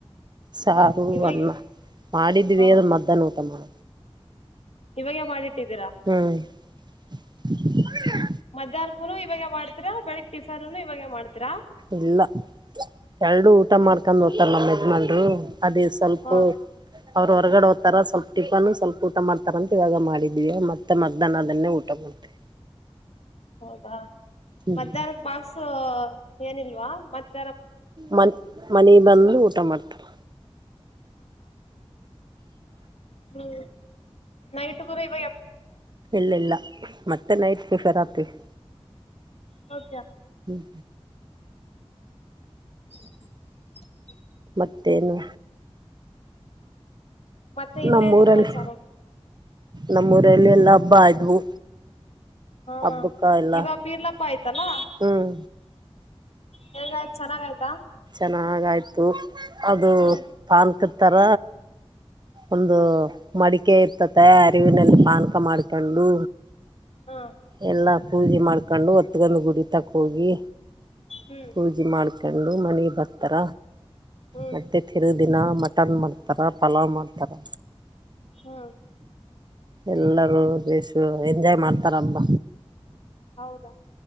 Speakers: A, on the right; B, on the left.
A: ಸಾರು
B: ಹ ಇವಾಗ
A: ಅನ್ನ ಮಾಡಿದ್ವಿ
B: ಹ
A: ಅದ ಮಧ್ಯಾಹ್ನ ಊಟ ಮಾಡ.
B: ಇವಾಗೆ ಮಾಡಿಟ್ಟಿದ್ದೀರಾ.
A: ಹ್ಮ್ <inaudible>
B: ಮಧ್ಯಾಹ್ನ ಕೂನು ಇವಾಗ ಮಾಡ್ತೀರಾ ಬೆಳಿಗ್ ಟಿಫನ್ನು ಇವಾಗೆ ಮಾಡ್ತೀರಾ.
A: ಇಲ್ಲ ಎರಡು ಊಟ
B: ಮತ್
A: ಮಾಡಾಕೊಂಡು ಹೋಗ್ತಾರಾ ನಮ್ಮ ಯಜಮಾನರು ಅದೇ ಸ್ವಲ್ಪ.
B: ಹ
A: ಅವರು ಹೊರಗಡೆ ಹೋಗತಾರ ಸ್ವಲ್ಪ ಟಿಫನ್ ಸ್ವಲ್ಪ ಊಟ ಮಾಡ್ತಾರಂತ ಇವಾಗ ಮಾಡಿದ್ವಿ ಮತ್ತ ಮಧ್ಯಾಹ್ನ ಅದನ್ನೇ ಊಟ ಮಾಡ್ತೀವಿ.
B: <inaudible> ಹೌದಾ
A: ಹ್ಮ್
B: ಮಧ್ಯಾಹ್ನಕ್ ಬಾಕ್ಸ್ ಏನಿಲ್ವಾ ಮತ್ತ.
A: ಮನ್ ಮನೆಗಿ ಬಂದು ಊಟ ಮಾಡ್ತಾರೆ.
B: ಹ್ಮ ನೈಟ್ ದು ಇವ.
A: ಇಲಿಲ್ ಮತ್ತೆ ನೈಟ್ ಪ್ರಿಪೇರ್ ಆಗಬೇಕು.
B: ಹೌದ.
A: ಹ್ಮ್ಮ.
B: <inaudible>
A: ಮತ್ತೇನು
B: ಮತ್ತೆ ಇನ್ನೇನ್
A: ನಮ್ಮೂರಲ್ಲಿ
B: ಸಮಾಚಾರ.
A: ನಮ್ಮೂರಲ್ಲಿ ಎಲ್ಲಾ ಹಬ್ಬ ಆದ್ವು.
B: ಹಾ
A: ಹಬ್ಬಕ್ಕ ಎಲ್ಲ
B: ಇವಗ ಪೀರ್ಲಪ್ಪ ಆಯ್ತಲ್ಲ
A: ಹ್ಮ್
B: ಹೆಂಗ್ತ. ಚೆನ್ನಾಗ ಆಯ್ತಾ.
A: ಚೆನ್ನಾಗಯ್ತು ಅದು
B: ಹಾ
A: ಪಾನಕ ತರ. ಒಂದು ಮಡಿಕೆ ಇರ್ತತೆ ಅರಿವಿನಲ್ಲಿ ಪಾನಕ ಮಾಡ್ಕೊಂಡು.
B: ಹಾ
A: ಎಲ್ಲ ಪೂಜೆ ಮಾಡ್ಕೊಂಡು ಹೊತ್ಕೊಂಡು ಗುಡಿ ತನಕ ಹೋಗಿ.
B: ಹ್ಮ್
A: ಪೂಜೆ ಮಾಡ್ಕೊಂಡು ಮನೆಗೆ ಬತ್ತರ
B: ಹ್ಮ್
A: ಮತ್ತೆ ತಿರುದ. ದಿನ ಮಟನ್ ಮಾಡ್ತಾರೆ ಪಲಾವ್ ಮಾಡ್ತಾರೆ.
B: ಹ್ಮ್
A: ಎಲ್ಲರೂ ಬೇಶ ಎಂಜಾಯ್ ಮಾಡ್ತಾರ ಹಬ್ಬ.
B: ಹೌದಾ